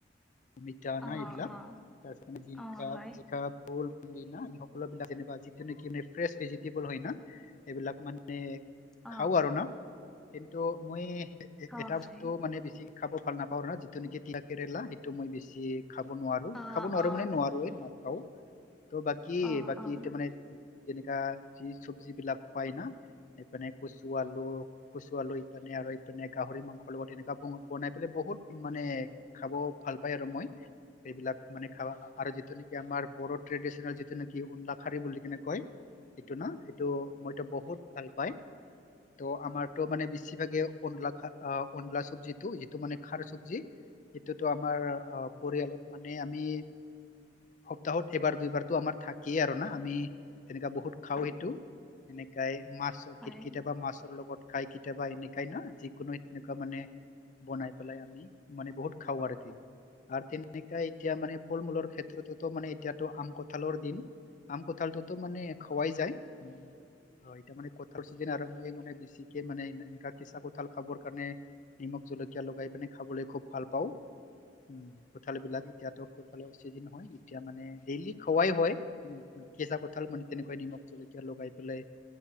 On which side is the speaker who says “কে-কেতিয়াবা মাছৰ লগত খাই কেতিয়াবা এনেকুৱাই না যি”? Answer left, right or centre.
Left